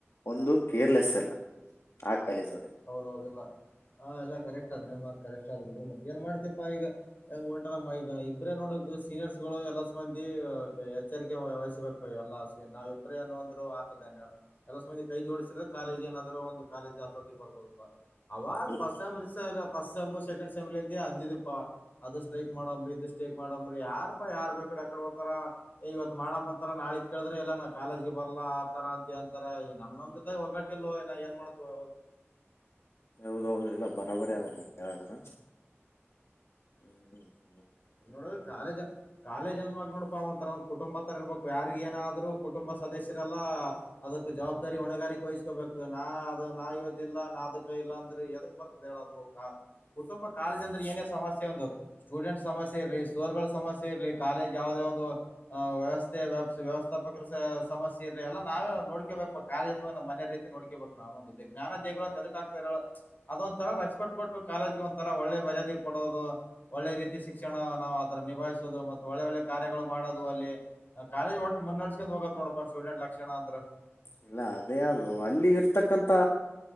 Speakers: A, on the left; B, on the left.
A: ಒಂದು ಕೇರ್ಲೆಸ್ ಎಲ್ಲ ಆ ಕಾಲೇಜ್
B: ಹೌದೌದುಲ್ಲ ಹ ಎಲ್ಲ ಕರೆಕ್ಟ್ ಆದ ಕರೆಕ್ಟ್ ಆದ್ ಬಿಡು ಮತ್ತ ಏನ್ ಮಾಡ್ತಿಪಾ ಈಗ ಹೆಂಗ್ ಉಂಟ ನ ಈಗ ಇಬ್ರೇ ನೋಡ ಸೀನಿಯರ್ಸ್ ಗಳು ಎಲ್ಲ ಮಂದಿ ಎಚ್ಚರಿಕೆ ವಹಿಸ್ಬೇಕ ಇ ಎಲ್ಲ ನಾವ ಇಬ್ರೇ ಏನ ಅಂದ್ರು ಆತದೆ ಎಲ್ಲಬಂದಿ ಕೈ ಜೋಡಿಸರೆ ಕಾಲೇಜ್ ಏನಾದ್ರು ಒಂದು ಕಾಲೇಜ್ ಆತ ಅಡಿ ಬರ್ಬೋದುಪ್ಪ ಅವ
A: ಹ್ಮ್
B: ಪಸ್ಸ ಮ ಪಸ್ಸೇಮು ಸೆಕಂಡ್ ಅಸೆಂಬ್ಲಿಂದ ಅಂದಿದಿಪ್ಪಾ ಅದು ಸ್ಟ್ರೈಕ್ ಮಾಡಮ್ರಿ ಇದು ಸ್ಟ್ರೈಕ್ ಮಾಡಮ್ರಿ ಯಾರಪ್ಪಾ ಯಾರ ಬೇಕ ಅಕಡೆ ಹದ್ತಾರ ಏ ಇವತ್ ಮಾಡ್ಂತಾರ ನಾಳಿಗ್ ಕೇಳಿದ್ರೆ ಎಲ್ಲ ನಾ ಕಾಲೇಜಗೆ ಬರ್ಲ ಆತರ ಅಂತ ಅಂತಾರೆ ನಮ್ಮೊಂದ ಒಗಟ್ಟಲ್ ಏನ್ ಮಾಡ್ತದ
A: ಹೌದೌದು ಎಲ್ಲ ಬರಾಬರಿ ಆದಾನ ಹ್ಮ್ ಹ್ಮ
B: ಇನ್ನೋಡ ಕಾಲೇಜಾ ಕಾಲೇಜ್ಂದ್ ಮಾಗ ನೋಡಪಾವಂತ ಕುಟುಂಬ ತ ಇರಬೇಕು ಯಾರಿಗೆ ಆದ್ರೂ ಕುಟುಂಬ ಸದಸ್ಯರೆಲ್ಲ ಅದಕ್ ಜವಾಬ್ದಾರಿ ಹೊಣೆಗಾರಿಕೆ ವಹಿಸ್ಕೋಬೇಕು ನಾ ಅದು ನಾವದಿಲ್ಲ ನಾ ಅದಕ್ಕ ಇಲ್ಲ ಅಂದ್ರೆ ಎದಕ್ ಬರ್ತದೆ ಹೇಳದು ಕುಟುಂಬ ಕಾಲೇಜ್ ಅಂದ್ರೆ ಏನೇ ಸಮಸ್ಯೆ ಒಂದು ಸ್ಟೂಡೆಂಟ್ ಸಮಸ್ಯೆ ೆ ಇರಲಿ ಸೋರ್ಗಳ ಸಮಸ್ಯೆ ಇರ್ಲಿ ಕಾಲೇಜ್ ಯಾವವುದೇ ಒಂದು್ ವ್ಯವಸ್ಥೆ ವ್ಯವಥಪಕರ ಸಮಸ್ಯೆ ಇರಲಿ ಎಲ್ಲ ನಾವೇ ನೋಡ್ಕೇಬೇಕು ಕಾಲೇಜ ನ ಮನೆ ರೀತಿ ನೋಡ್ಕೇಬೇಕು ನಾವ ಜ್ಞಾನ ದೇದಕ್ ಆಕ್ತರ ಅದೊಂಂತರ ರೆಸ್ಪೆಟ್ ಕೊಟ್ಟು ಕಾಲೇಜ್ಗೆ ಒರ ಒಳ್ಳೆ ಮರ್ಯಾದೆ ಕೊಡೋದು ಒಳ್ಳೆ ರೀತಿ ಸಿ ಶಿಕ್ಷಣ ನಾವವು ಅದ್ರ ನಿಭಾಯಿಸುದು ಮತ್ತೆ ಒಳ್ಳೆ ಒಳ್ಳೆ ಕಾರ್ಯಗಳು ಮಾಡೋುದು ಅಲ್ಲಿ ಕಾಲೇಜ್ ಒಟ್ಟು ಮುನ್ನಡ್ಸ್ ಹೋಗದ ನೋಡಪ್ಪ ಸ್ಟೂಡೆಂಟ್ ಲಕ್ಷಣ ಅಂದ್ರ
A: ಇಲ್ಲ ಅದೇ ಅದು ಅಲ್ಲಿ ಇರ್ತಕ್ಕಂತ